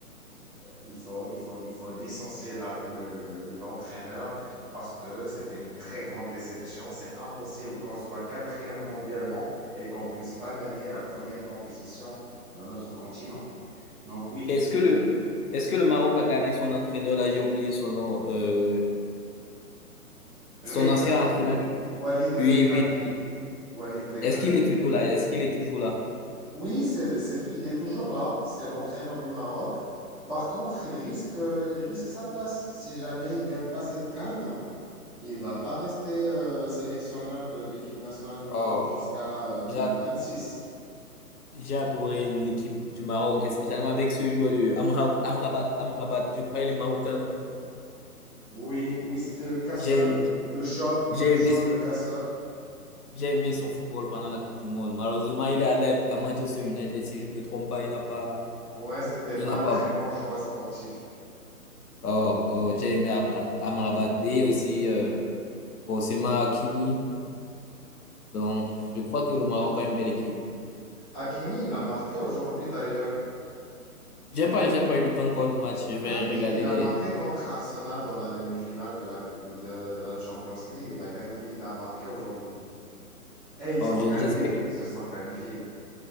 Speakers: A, in the centre; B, on the left (about 75°).
A: il faut, il faut, il faut licencier la- le- le- le- l'entraîneur parce que c'était une très grande déception. C'est impossible qu'on soit quatrième mondialement et qu'on puisse pas gagner la première compétition de notre continent. Donc oui,
B: Est-ce que le est-ce que le Maroc a gardé son entraîneur là? J'ai oublié son nom. euh, son
A: Regragui,
B: ancien entraîneur du.
A: Walid Regragui,
B: Oui, oui, oui.
A: Walid Regragui.
B: Est-ce qu'il est toujours là? Est-ce qu'il est toujours là?
A: Oui, c'est, le- c'est, tou- il est toujours là, c'est l'entraîneur du Maroc. Par contre, il risque, euh, il risque sa place. Si jamais il gagne pas cette CAN, il va pas rester euh, sélectionneur de l'équipe nationale du Maroc
B: Oh,
A: jusqu'à euh,
B: j'a-
A: six
B: j'ai adoré l'équipe du Maroc, et spécialement avec ce joueur de Amra- Amrabat, Amrabat. Je crois qu'il est marocain, non?
A: Oui, oui, c'était le casseur,
B: J'ai aimé,
A: le chauve,
B: j'ai
A: le
B: aimé.
A: chauve, le casseur.
B: J'ai aimé son football pendant la Coupe du Monde. Malheureusement, il est allé à Manchester United, si je ne me trompe pas. Il n'a pas.
A: Ouais, c'était
B: Il
A: pas
B: n'a
A: un
B: pas.
A: très bon choix sportif.
B: Oh, oh, j'ai aimé Amra- Amrabat. Et aussi, euh, forcément, Hakimi. Donc, je crois que le Maroc a une belle équipe.
A: Hakimi, il a marqué aujourd'hui d'ailleurs.
B: J'ai
A: Il
B: pas,
A: a
B: j'ai pas eu le temps de voir le match. Je vais
A: Ah oui,
B: regarder
A: il a
B: les.
A: Oui. marqué contre Arsenal dans la demi-finale de la coupe, euh, de, de la Champions League. Il a gagné, il a marqué aujourd'hui. Et ils
B: Oh,
A: ont
B: je-
A: gagné,
B: j'espère que.
A: ils se sont qualifiés.